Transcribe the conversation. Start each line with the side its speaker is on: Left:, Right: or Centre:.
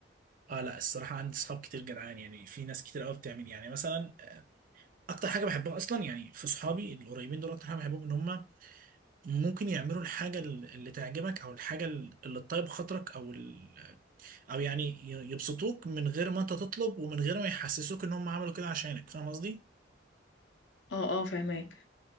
Right: اه لا الصراحه عندي صحاب كتير جدعان يعني في ناس كتير قوي بتعمل يعني مثلا اكتر حاجه بحبها اصلا يعني في صحابي القريبين دول اكتر حاجه بحبهم ان هم ممكن يعملوا الحاجه اللي تعجبك او الحاجه اللي تطيب خاطرك او ال- او يعني ي- يبسطوك من غير ما انت تطلب ومن غير ما يحسسوك ان هم عملوا كده عشانك فاهم قصدي
Left: اه اه فهماك